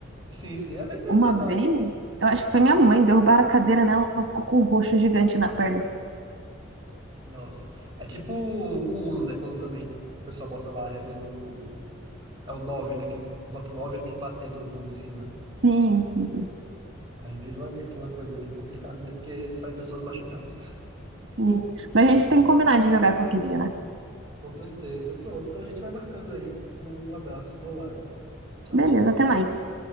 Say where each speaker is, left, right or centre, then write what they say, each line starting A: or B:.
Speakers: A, on the right (about 20°); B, on the right (about 70°).
A: Sim, sim, é bem divertido,
B: Uma vez,
A: eu acho.
B: eu acho que foi minha mãe, derrubaram a cadeira nela, ela ficou com um roxo gigante na perna.
A: Nossa. É tipo o Uno, né? Quando também o pessoal bota lá a regra do. É o nove né? Que bota o 9 e tem que bater todo mundo em cima.
B: Sim, sim, sim.
A: Aí vira uma, uma coisa ali complicada mesmo, porque saem pessoas machucadas.
B: Sim. Mas a gente tem que combinar de jogar qualquer dia, né?
A: Com certeza. Pronto, então a gente vai marcando aí. Um abraço, vou lá. Tchau,
B: Beleza,
A: tchau.
B: até mais.